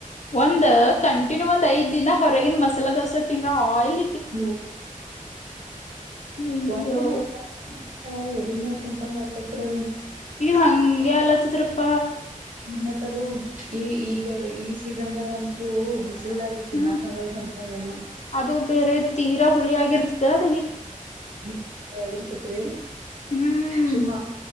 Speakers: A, on the left (about 55°); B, on the right (about 70°).
A: ಒಂದ್ ಕಂಟಿನ್ಯೂ ಒಂದ ಐದ್ ದಿನ ಹೊರಗಿನ ಮಸಾಲಾ ದೋಸೆ ತಿನ್ರ ಆಯಿಲ್
B: ಹ್ಮ
A: ಅಯ್ಯೋ
B: ಒಂದಿನ <inaudible> ಎದಿ ಮೇಲೆ ಕುಂತಂಗ್ ಆಕೈತ್ರಿ
A: ಇ ಹಂಗೆಲ್ಲತ್ತಿದ್ರಪ್ಪ
B: ಮತ್ ಅದು ಈ ಈಗ ಈ ಸೀಸನ್ದಾಗಂತರು ಬಿಸಿ ಎಲ್ಲ ಗೊತ್ತಿನ
A: ಹ್ಮ್
B: ಕಾವಲ್ಂದ ೇನು
A: ಅದು ಬೇರೆ ತೀರಾ ಹುಳಿ ಆಗಿರ್ತಿದ ಅದ್.
B: ಹ ಆಾಗಿರ್ತತ್ರಿ.
A: ಹ್ಮ್
B: ಸುಮ